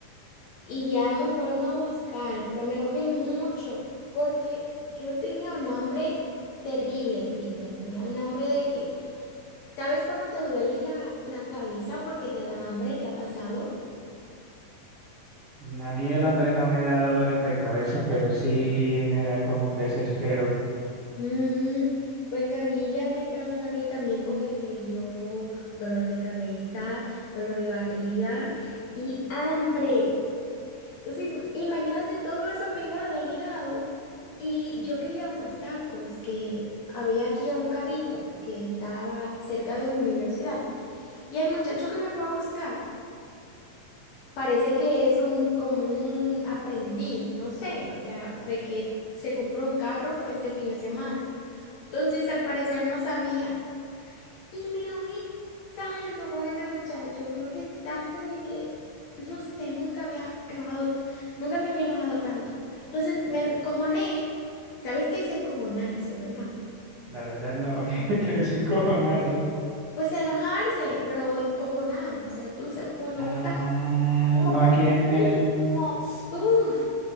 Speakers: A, on the left; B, on the right.
A: y ya me fueron a buscar, pero me enojé mucho porque yo tenía un hambre terrible, Cristian. Tenía un hambre de que, ¿sabes cuando te duele la, la cabeza porque te da hambre? ¿Te ha pasado?
B: Mm, A mí el hambre no me da dolores de cabeza, pero sí me da como un desespero.
A: Mm, pues a mí ya me estaba dando y también con el periodo, dolor de cabeza, dolor de barriga y hambre. Entonces, imagínate todo eso pegado, ligado. Y yo quería unos tacos que había aquí en un carrito que estaba cerca de mi universidad. Y el muchacho que me fue a buscar parece que es un como un aprendiz, no sé, o sea, de que se compró un carro fue este fin de semana. Entonces, al parecer no sabía. Y me enojé tanto con ese muchacho, me enojé tanto de que, no sé, nunca había enojado, nunca me había enojado tanto. Entonces me encojoné, ¿sabes qué es encojonarse, verdad?
B: La verdad no, <laughs> que, que desencojonarse.
A: Pues enojarse, pero encojonado, o sea, tú se- cuando
B: Ah,
A: tú estás como
B: no,
A: con
B: aquí
A: como,
B: en, en,
A: uff,